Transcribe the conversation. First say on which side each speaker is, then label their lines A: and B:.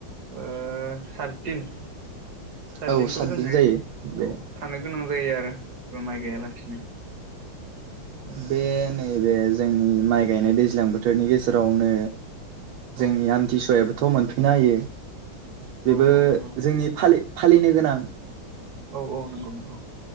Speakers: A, on the right; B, on the right.
A: ओ सातदिन सातदिनखौ
B: औ सातदिन
A: जोंहाय
B: जायो बे
A: औ थानो गोनां जायो आरो माइ गायालासिनो औ
B: बे नैबे जोंनि माइ गायनाय दैज्लां बोथोरनि गेजेरावनो
A: औ
B: जोंनि आमथिसुवायाबोथ' मोनफैनो हायो बेबो
A: औ औ नंगौ
B: जोंनि फालि फालिनो गोनां
A: औ औ नंगौ नंगौ।